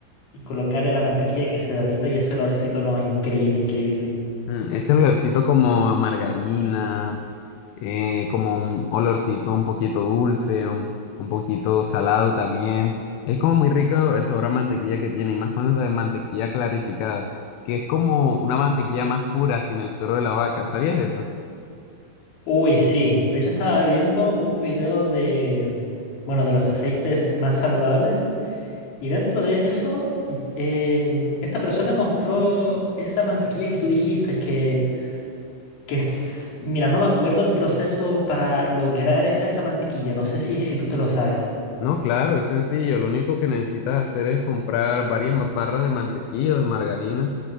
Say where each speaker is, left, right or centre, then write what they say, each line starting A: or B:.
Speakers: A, on the left (about 65°); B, on the left (about 80°).
A: y colocarle la mantequilla que se derrita y ese olorcito, no, increíble, increíble.
B: mm, ese olorcito como a margarina. eh, como un olorcito un poquito dulce, un, un poquito salado también. Es como muy rico el sabor a mantequilla que tiene, y más cuando es de mantequilla clarificada, que es como una mantequilla más pura sin el suero de la vaca. ¿Sabías eso?
A: Uy, sí. De hecho, estaba viendo un video de, bueno, de los aceites más saludables. Y dentro de eso, y- eh, esta persona mostró esa mantequilla que tú dijiste, que, que es, mira, no me acuerdo el proceso para lograr esa, esa mantequilla. No sé si, si tú te lo sabes.
B: No, claro, es sencillo. Lo único que necesitas hacer es comprar varias ma- barras de mantequilla o de margarina.